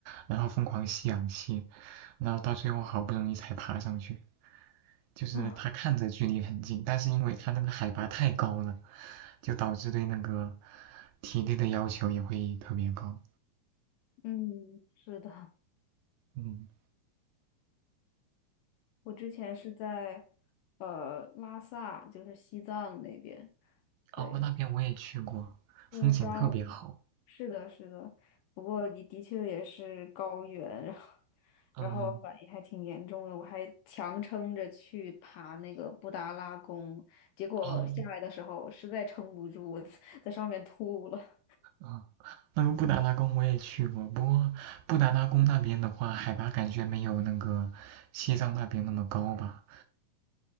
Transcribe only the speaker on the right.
然后疯狂吸氧气，然后到最后好不容易才爬上去。就是它看着距离很近，
但是因为它那个海拔太高了，就导致对那个体力的要求也会特别高。
嗯，
哦，那边我也去过，风景特别好。
嗯，
哦，
啊，那个布达拉宫我也去过，不过布达拉宫那边的话，海拔感觉没有那个西藏那边那么高吧？